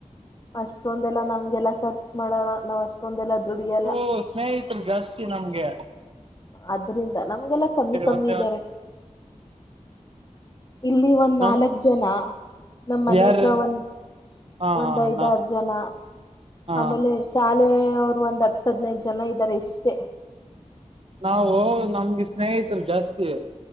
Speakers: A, on the left (about 30°); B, on the right (about 50°).
A: ಅಷ್ಟೊಂದೆಲ್ಲ ನಮ್ಗೆಲ್ಲ ಖರ್ಚು ಮಾಡಲ್ಲ ನಾವ್ ಅಷ್ಟೊಂದೆಲ್ಲ ದುಡಿಯಲ್ಲ
B: ಓ ಸ್ನೇಹಿತರು ಜಾಸ್ತಿ ನಮ್ಗೆ
A: ಅದ್ರಿಂದ ನಮ್ಗೆಲ್ಲ ಕಮ್ಮಿ ಕಮ್ಮಿ
B: ಒಂದೇ
A: ಇದಾರೆ ಇಲ್ಲಿ ಒಂದ್
B: ನಮ್
A: ನಾಲ್ಕ್ ಜನ ನಮ್ಮ್ ಮನೆ
B: ಯಾರ
A: ಹತ್ರ ಒಂದ್
B: ಹಾ
A: ಒಂದ್ ಐದಾರ
B: ನಾ
A: ಜನ
B: ಹ
A: ಆಮೇಲೆ ಶಾಲೆ ಅವರು ಒಂದ್ ಹತ್ ಹದ್ನೈದು ಜನ ಇದ್ದಾರೆ ಇಷ್ಟೇ
B: ನಾವು ನಮ್ಗೆ ಸ್ನೇಹಿತರು ಜಾಸ್ತಿ